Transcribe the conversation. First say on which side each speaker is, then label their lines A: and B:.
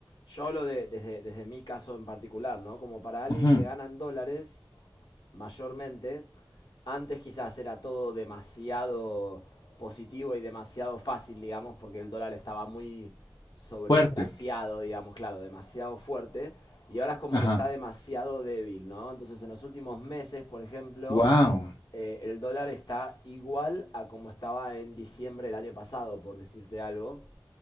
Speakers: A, on the left (about 75°); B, on the left (about 60°).
A: Yo hablo de- desde, desde mi caso en particular, ¿no? Como para alguien
B: Ujú,
A: que gana en dólares, mayormente, antes quizás era todo demasiado positivo y demasiado fácil, digamos, porque el dólar estaba muy sobrepreciado,
B: Fuerte.
A: digamos, claro, demasiado fuerte, y ahora es como
B: Ajá.
A: que está demasiado débil, ¿no? Entonces, en los últimos meses, por ejemplo,
B: Wow.
A: eh, el dólar está igual a como estaba en diciembre del año pasado, por decirte algo